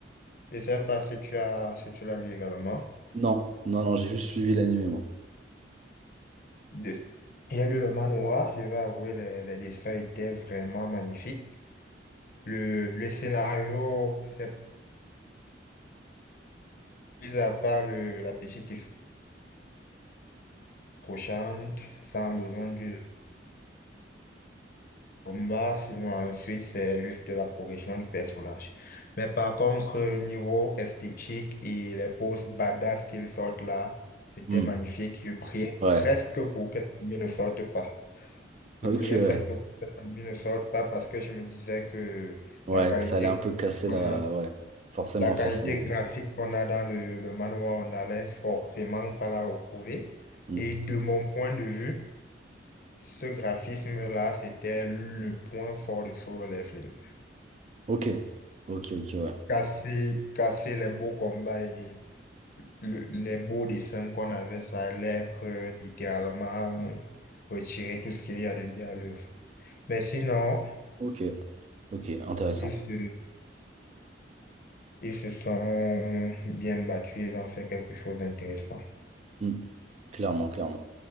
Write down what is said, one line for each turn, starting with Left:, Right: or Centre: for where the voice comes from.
Left: Je sais pas si tu as, si tu l'as lu également.
Right: Non, non, non, j'ai juste suivi l'animé, moi.
Left: De- J'ai lu le manoir, je vais avouer, les, les dessins étaient vraiment magnifiques. Le, le scénario, c'est Mis à part le- la petite histoire crochante, sans besoin du combat, sinon ensuite c'est juste la progression du personnage. Mais par contre, euh, niveau esthétique et les poses badass qu'ils sortent là, c'était
Right: Hmm.
Left: magnifique. Je priais
Right: Ouais.
Left: presque pour que l'anime ne sorte pas. Je
Right: Ok,
Left: priais
Right: ouais.
Left: presque pour que l'anime ne sorte pas parce que je me disais que
Right: Ouais,
Left: la qualité
Right: que ça allait un
Left: graphique
Right: peu casser
Left: qu'on
Right: la...
Left: a,
Right: Ouais. Forcément,
Left: la qualité
Right: forcément.
Left: graphique qu'on a dans le, le manhwa, on allait forcément pas la retrouver.
Right: Hmm.
Left: Et de mon point de vue, Ce graphisme-là, c'était le point fort de Solo Leveling.
Right: Ok. Ok, ok, ouais.
Left: Casser, casser les beaux combats et le- les beaux dessins qu'on avait, ça allait être littéralement retirer tout ce qu'il y a de bien à l'œuvre. Mais sinon,
Right: Ok, ok, intéressant.
Left: ils se, ils se sont bien battus, ils ont fait quelque chose d'intéressant.
Right: Hmm. Clairement, clairement.